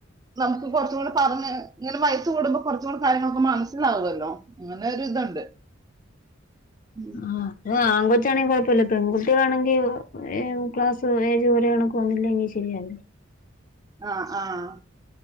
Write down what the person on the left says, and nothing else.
ആ അതെ ആ ആൺകൊച്ച് ആണെങ്കിൽ കൊഴപ്പമില്ല പെൺകുട്ടിയാണെങ്കി ക്ലാസും ഏജും ഒരേ കണക്ക് വന്നില്ലങ്കിൽ ശരിയാവേല